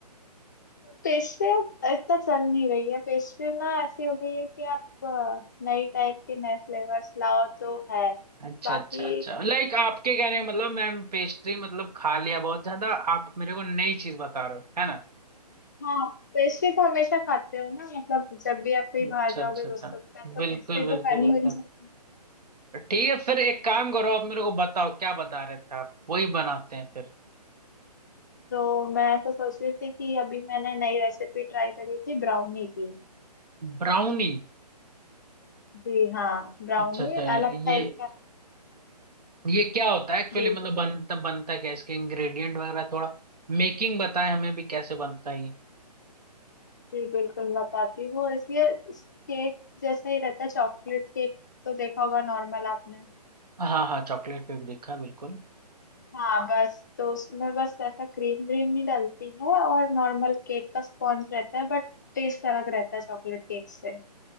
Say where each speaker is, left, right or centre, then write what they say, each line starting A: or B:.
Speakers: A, on the left; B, on the right.
A: पेशवे अब इतना चल नहीं रही है पेशवे ना ऐसी हो गई है कि आप अ, नई टाइप के नए फ्लेवर्स लाओ तो है
B: अच्छा
A: बाकी
B: अच्छा अच्छा लाइक आपके कहने का मतलब मैम पेस्ट्री मतलब खा लिया बहुत ज्यादा आप मेरे को नई चीज बता रहे हो है ना
A: हाँ पेस्ट्री तो हमेशा खाते हो ना मतलब जब भी आप कहीं
B: अच्छा
A: बाहर जाओगे
B: अच्छा अच्छा
A: दोस्तों के साथ तो
B: बिल्कुल
A: पेस्ट्री
B: बिल्कुल
A: तो खानी
B: बिल्कुल
A: हो ही जाती है।
B: ठीक है फिर एक काम करो आप मेरे को बताओ क्या बता रहे थे आप वही बनाते हैं फिर
A: तो मैं तो सोच रही थी कि अभी मैंने नई रेसिपी ट्राई करी थी ब्राउनी की
B: ब्राउनी
A: जी हाँ ब्राउनी
B: अच्छा अच्छा
A: अलग टाइप
B: ये
A: का
B: ये क्या होता है एक्चुअली
A: जी
B: मतलब बनता बनता क्या है? इसके इंग्रेडिएंट वगैरह थोड़ा मेकिंग बताए हमें भी कैसे बनता है ये
A: जी बिल्कुल बताती हूँ इसलिए केक जैसा ही रहता है चॉकलेट केक तो देखा होगा नॉर्मल आपने
B: हाँ हाँ चॉकलेट केक देखा बिल्कुल
A: हाँ बस तो उसमें बस ऐसा क्रीम व्रीम नहीं डलती है और नॉर्मल केक का स्पॉन्ज रहता है बट टेस्ट अलग रहता है चॉकलेट केक से